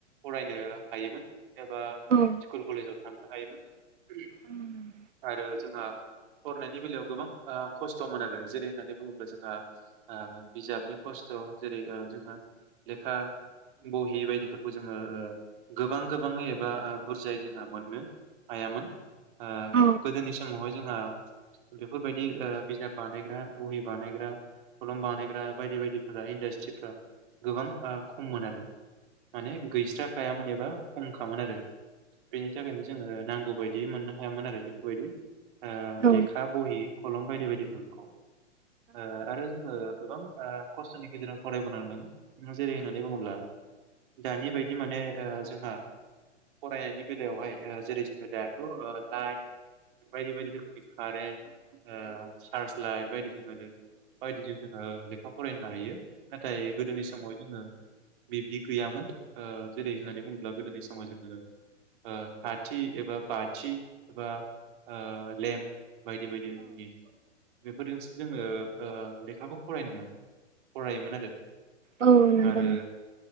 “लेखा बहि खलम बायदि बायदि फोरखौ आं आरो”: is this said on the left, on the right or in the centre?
Right